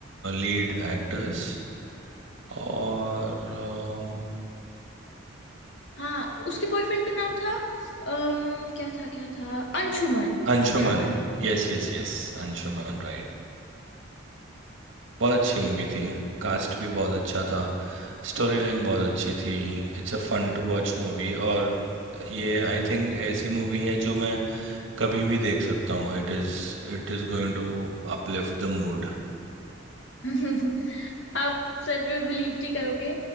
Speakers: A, on the right; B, on the left.
A: lead actors और um,
B: हाँ उसके बॉयफ्रेंड का नाम था अम, क्या था क्या था अंशुमन
A: Anshuman
B: मुझे याद आ गया
A: Yes yes yes Anshuman right बहुत अच्छी मूवी थी कास्ट भी बहुत अच्छा था स्टोरी लाइन बहुत अच्छी थी It's a fun to watch movie और ये आई थिंक ऐसी मूवी है जो मैं कभी भी देख सकता हूँ It is इट इज़ going to uplift the mood
B: <laughs> आप सच में बिलीव नहीं करोगे